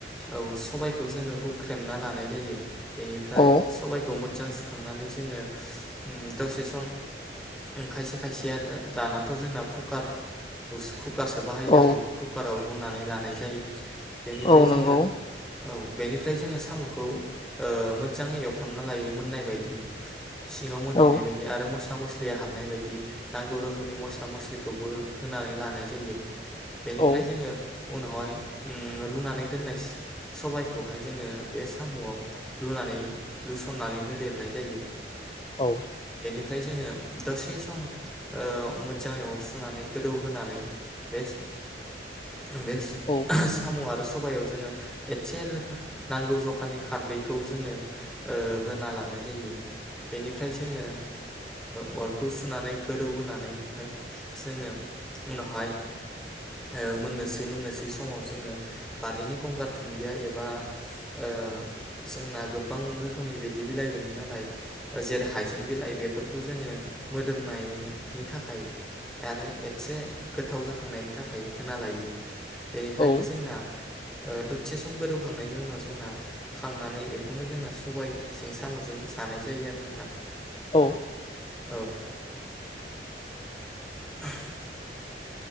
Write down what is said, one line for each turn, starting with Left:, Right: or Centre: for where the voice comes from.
Centre: औ सबायखौ जोङो हुख्रेमना लानाय जायो बेनिफ्राय
Left: औ
Centre: सबाइखौ मो मोजां सुखांनानै जोङो उम दसे सम खायसे खायसेया दानाथ' जोंना कुकार कुकारसो बाहायो
Left: औ
Centre: नालाय कुकाराव रुनानै लानो नाय जायो बेनिफ्राय
Left: औ
Centre: जोङो
Left: नंगौ
Centre: औ बेनिफ्राय जोङो साम'खौ ओ मोजाङै एवफ्रामना लायो मोननाय बायदि सिङाव मोनहैनाय
Left: औ
Centre: बायदि आरो मस <unintelligible> या हाबनाय बायदि नांगौ रोखोमनि मस्ला मस्लिखौबो होनानै लानाय जायो बेनिफ्राय
Left: औ
Centre: जोङो उनावहाय उम रुनानै दोननाय स सबायखौहाय जोङो बे साम'आव लुनानै लुसननानै होदेरनाय जायो
Left: औ
Centre: ओमफ्राय जोङो दसे सम ओ मोजाङै अरसुनानै गोदौहोनानै बे। बे स
Left: औ
Centre: साम' आरो। स'बायाव जोङो एसे नांगौ जखानि खारदैखौ जोङो ओ होना लानाय। जायो बेनिफ्राय जोङो ओ। अरखौ सुनानै गोदौ होनोनानै ओमफाय जोङो उनावहाय ओ मोननोसै मोननोसै समाव जोङो बारिनि गंगार थुनदिया एबा ओ जोंना गोबां रोखोमनि बिदि बिलाइदों नालाय। जेरै हाइजें बिलाइ बेफोरखौ जोङो। मोदोमनायनि थाखाय आरो एसे गोथाव जाखा। थांनायनि थाखाय होना लायो बेनिफ्रायनो
Left: औ
Centre: जोंना। ओ दरसे सम गोदौखांनायनि उनाव जोंना खांनानै बेखौनो जोंना सबायजों साम'जों जानाय जायो आरो नोंथां।
Left: औ।
Centre: औ। <unintelligible>